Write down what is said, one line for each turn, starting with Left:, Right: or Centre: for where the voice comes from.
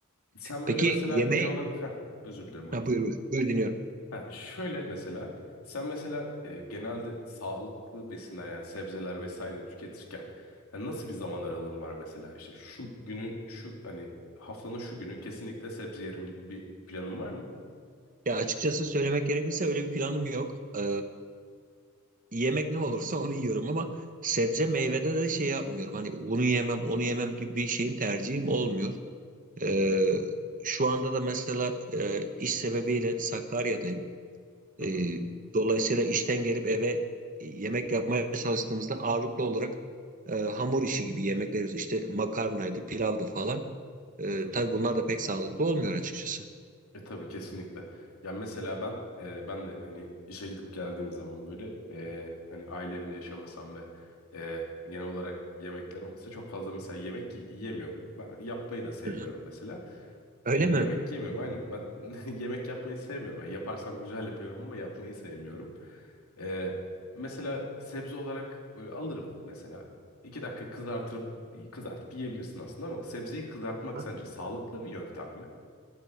Left: Sen
Right: Peki
Left: böyle mesela
Right: yemeği...
Left: genel olarak... Heh, özür dilerim buyurun.
Right: Ha, buyur buyur. Buyur dinliyorum.
Left: Ha, şöyle mesela sen mesela e, genelde sağlıklı besinler yani sebzeler vesaire tüketirken ha, nasıl bir zaman aralığın var mesela işte şu günün şu hani haftanın şu günü kesinlikle sebze yerim gibi bir planın var mı?
Right: Ya açıkçası söylemek gerekirse öyle bir planım yok. Ee, yemek ne olursa onu yiyorum ama sebze meyvede de şey yapmıyorum. Hani bunu yemem, onu yemem gibi bir şeyim tercihim olmuyor. Ee,
Left: Hı hı
Right: şu anda da mesela e, iş sebebiyle Sakarya'dayım. Ee,
Left: hı hı.
Right: dolayısıyla işten gelip eve yemek yapmaya çalıştığımızda ağırlıklı olarak e, hamur işi gibi yemekler yiyoruz. İşte makarnaydı, pilavdı falan. Ee,
Left: hı hı.
Right: tabii bunlar da pek sağlıklı olmuyor açıkçası.
Left: E tabii kesinlikle. Ya mesela ben e, ben de hani işe gidip geldiğim zaman böyle e, hani aile evinde yaşamasam ve e, genel olarak yemekler olmasa çok fazla mesela yemek y- yemiyorum. Ben yapmayı da sevmiyorum
Right: Hı hı.
Left: mesela.
Right: Öyle
Left: E,
Right: mi?
Left: yemek yemiyorum aynen ben <laughs> yemek yapmayı sevmiyorum. Yani yaparsam güzel yapıyorum ama yapmayı sevmiyorum. E, mesela sebze olarak böyle alırım mesela. İki dakika kızartırıp kızartıp yiyebilirsin aslında ama sebzeyi kızartmak
Right: Ha?
Left: sence sağlıklı bir yöntem mi?